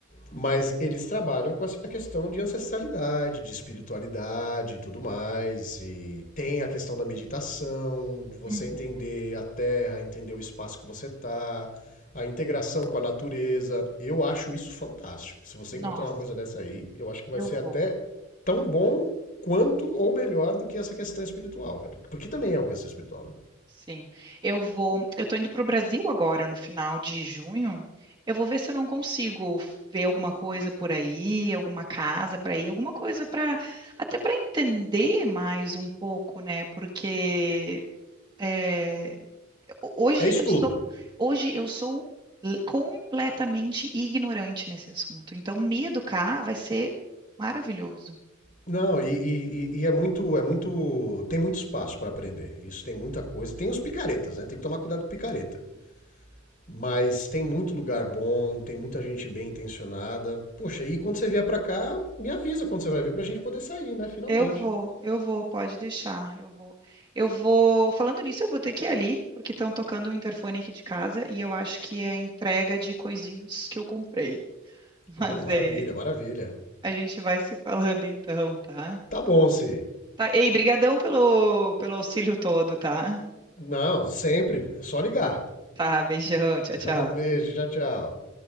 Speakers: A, on the left; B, on the right.
A: Mas eles trabalham com essa questão de ancestralidade, de espiritualidade e tudo mais. E tem a questão da meditação, de você
B: Uhum.
A: entender a terra, entender o espaço que você está, a integração com a natureza. Eu acho isso fantástico. Se você
B: Nossa,
A: encontrar uma coisa dessa aí, eu acho que vai
B: eu
A: ser até
B: vou.
A: tão bom quanto ou melhor do que essa questão espiritual, velho. Porque também é uma questão espiritual, né?
B: Sim. Eu vou, eu tô indo pro Brasil agora no final de junho. Eu vou ver se eu não consigo ver alguma coisa por aí, alguma casa para ir, alguma coisa para até para entender mais um pouco, né? Porque é, ho- hoje
A: É estudo.
B: eu estou, hoje eu sou l- completamente ignorante nesse assunto. Então me educar vai ser maravilhoso.
A: Não, e, e- e- e é muito, é muito, tem muito espaço para aprender. Isso tem muita coisa. Tem os picaretas, né? Tem que tomar cuidado com picareta. Mas tem muito lugar bom, tem muita gente bem intencionada. Poxa, e quando você vier para cá, me avisa quando você vai vir pra gente poder sair, né? Finalmente.
B: Eu vou, eu vou, pode deixar, eu vou. Eu vou, falando nisso, eu vou ter que ir ali, porque estão tocando o interfone aqui de casa e eu acho que é a entrega de coisinhas que eu comprei. <laughs> Mas
A: Uh, maravilha,
B: é,
A: maravilha.
B: a gente vai se falando então, tá?
A: Tá bom, Si.
B: Tá, ei, brigadão pelo pelo auxílio todo, tá?
A: Não, sempre. É só ligar. <laughs>
B: Tá, beijão, tchau,
A: Tá
B: tchau.
A: bom, beijo, tchau, tchau.